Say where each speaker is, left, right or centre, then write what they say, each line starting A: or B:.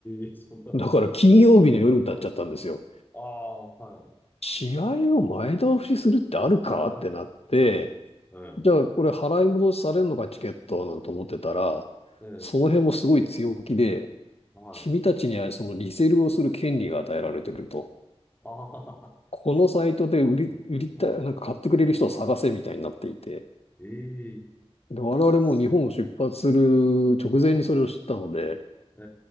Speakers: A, on the left; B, on the left.
A: え、<laughs> そんなことあるんですね。
B: だから金曜日の夜になっちゃったんですよ。
A: はい。ああ、はい。
B: 試合を前倒しするってあるかってなって、
A: <laughs> すいません。え
B: じゃあこれ払い戻しされるのかチケットなんて思ってたら、
A: え、ええ、
B: その辺もすごい強気で、
A: はい。
B: 君たちにはそのリセールをする権利が与えられてくると。
A: ああ、
B: このサイトで売り、
A: ええ、
B: 売りたい、
A: は
B: なんか買ってくれる人を探せみたいになっていて。
A: い。ええ、
B: で、我々も日本を出発する直前にそれを知ったので、
A: そうだ。はい。え